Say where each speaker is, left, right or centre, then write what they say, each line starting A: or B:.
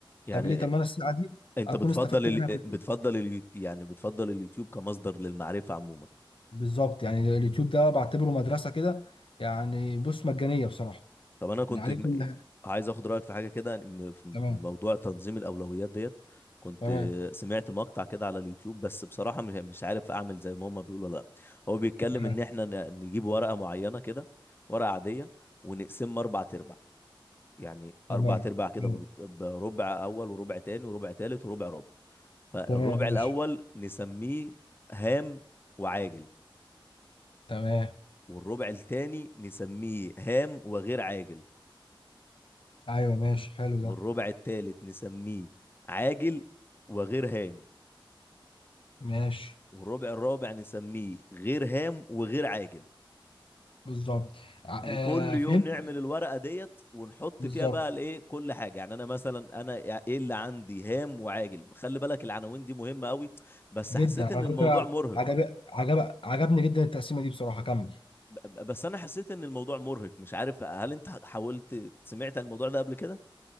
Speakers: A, on the left; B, on the left.
A: يعني
B: طب ليه طب ما انا الساعه دي
A: انت
B: اكون
A: بتفضل
B: استفدت
A: ال...
B: منها في البيت
A: بتفضل اليوتيوب يعني بتفضل اليوتيوب كمصدر للمعرفه عموما
B: بالظبط يعني اليوتيوب ده بعتبره مدرسه كده يعني بص مجانيه بصراحه
A: طب انا كنت
B: يعني عليه
A: م-
B: كل حاجة.
A: عايز اخد رايك في حاجه كده م- في
B: تمام
A: موضوع تنظيم الاولويات ديت كنت
B: تمام
A: سمعت مقطع كده على اليوتيوب بس بصراحه مش مش عارف اعمل زي ما هما بيقولوا ولا لا هو بيتكلم
B: ماشي
A: ان احنا ن- نجيب ورقه معينه كده ورقه عاديه ونقسمها اربع تربع يعني
B: تمام
A: اربع تربع كده
B: تمام
A: بت- بربع اول وربع تاني وربع تالت وربع ربع فالربع
B: تمام، ماشي
A: الاول نسميه هام وعاجل
B: تمام
A: والربع التاني نسميه هام وغير عاجل
B: ايوه ماشي حلو
A: والربع
B: ده
A: التالت نسميه عاجل وغير هام
B: ماشي
A: والربع الرابع نسميه غير هام وغير عاجل
B: بالظبط ع-
A: وكل
B: آه،
A: يوم
B: فهمت
A: نعمل الورقة ديت ونحط
B: بالظبط
A: فيها بقى الايه كل حاجة يعني انا مثلا انا ايه اللي عندي هام وعاجل خلي بالك العناوين دي مهمة قوي بس
B: جدا
A: حسيت
B: على
A: ان الموضوع
B: فكره
A: مرهق
B: عجب عجب عجبني جدا التقسيمه دي بصراحه كمل
A: ب- ب- بس انا حسيت ان الموضوع مرهق مش عارف هل انت حاولت سمعت عن الموضوع ده قبل كده؟